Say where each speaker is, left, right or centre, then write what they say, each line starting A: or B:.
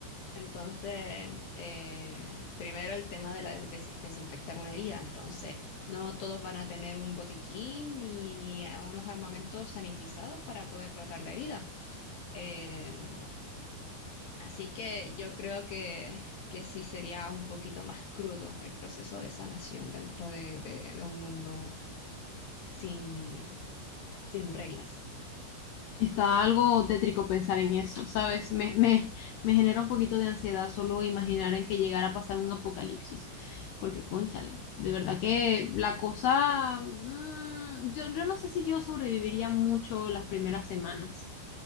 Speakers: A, on the left; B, on the left.
A: Entonces, eh, primero el tema de la des- desinfectar una herida. Entonces, no todos van a tener un botiquín ni, ni a unos armamentos sanitizados para poder tratar la herida. Em, Así que yo creo que, que sí sería un poquito más crudo el proceso de sanación dentro de, de- de un mundo sin, sin reglas.
B: Está algo tétrico pensar en eso, ¿sabes? Me, me, me genera un poquito de ansiedad solo imaginar en que llegara a pasar un apocalipsis, porque cónchale, de verdad que la cosa, mm, yo, yo no sé si yo sobreviviría mucho las primeras semanas.